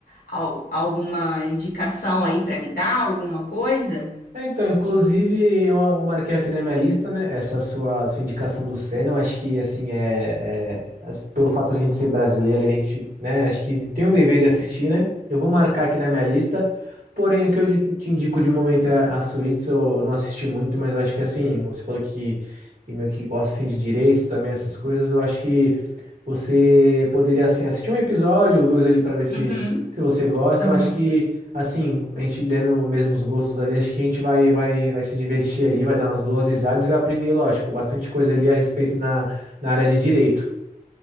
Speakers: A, on the left; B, on the right.
A: al- alguma indicação aí pra me dar, alguma coisa?
B: É, então, inclusive, eu, eu marquei aqui na minha lista, né? Essa sua, sua indicação do Senna, eu acho que, assim, é, é- as- pelo fato de a gente ser brasileiro, a gente, né, acho que tem um dever de assistir, né? Eu vou marcar aqui na minha lista, porém, o que eu de- te indico de momento é a Suítes, eu, eu não assisti muito, mas eu acho que, assim, você falou que, que meio que gosta, assim, de direito também, essas coisas, eu acho que você poderia, assim, assistir um episódio ou dois ali para ver se,
A: Uhum.
B: se você gosta,
A: Aham.
B: eu acho que Assim, a gente dando os mesmos gostos ali, acho que a gente vai, vai, vai se divertir ali, vai dar umas boas risadas e vai aprender, lógico, bastante coisa ali a respeito na, na área de direito.